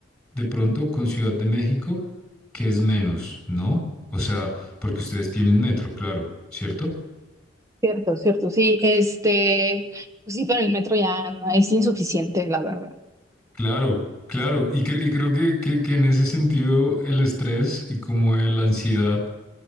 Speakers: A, in the centre; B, on the right (about 15°).
A: de pronto con Ciudad de México que es menos, ¿no? O sea, porque ustedes tienen metro, claro, ¿cierto?
B: Cierto, cierto, sí, este, pues sí, pero el metro ya no- es insuficiente, la verdad.
A: Claro, claro. Y, cre- y creo que, que que en ese sentido el estrés y como la ansiedad